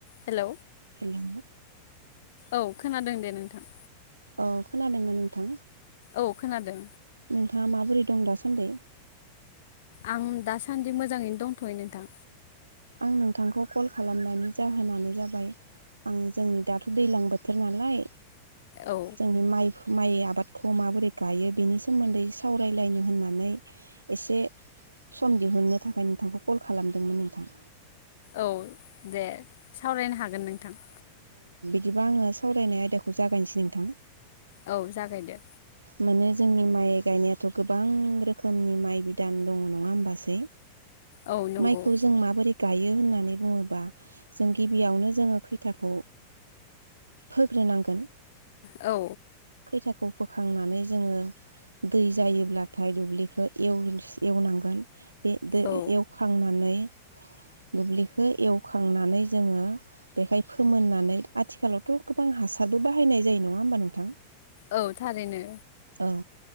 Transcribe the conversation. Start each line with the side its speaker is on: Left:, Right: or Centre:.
Left: Hello
Right: hello
Left: औ खोनादों दे नोंथां
Right: औ खोनादोंना नोंथां?
Left: औ खोनादों।
Right: नोंथाङा माबोरै दं दासान्दि?
Left: आं दासान्दि मोजाङैनो दंथयो नोंथां।
Right: आं नोंथांखौ कल खालामनायनि जाहोनानो जाबाय आं जोंनि दाथ दैलां बोथोर नालाय।
Left: औ
Right: जोंनि माइ माइ आबादखौ माबोरै गायो बेनि सोमोन्दै सावरायलायनो होननानै इसे सम दिहुननो थाखाय नोंथांखौ कल खालामदोंमोन नोंथां।
Left: औ दे सावरायनो हागोन नोंथां।
Right: दिबा आङो सावरायनाय आयदाखौ जागायनोसै नोंथां
Left: औ जागायदो
Right: माने जोंनि माइ गायनायाथ गोबां रोखोमनि माइ बिदान दङ नङा होमबासै?
Left: औ नंगौ
Right: माइखौ जों माबोरै? गायो होननानै बुङोबा जों गिबियावनो जोङो खैथाखौ फोग्रोनांगोन।
Left: औ
Right: खैथाखौ फो खांनानै जोङो दै जायोब्लाथाय दुब्लिखौ एवस एवनांगोन बे दै
Left: औ
Right: एवखांनानै दुब्लिखौ एवखांनानै जोङो बेहाय फोमोननानै आथिखालावथ गोबां हासारबो बाहायनाय जायो नङा ओमबा नोंथां?
Left: औ थारैनो।
Right: औ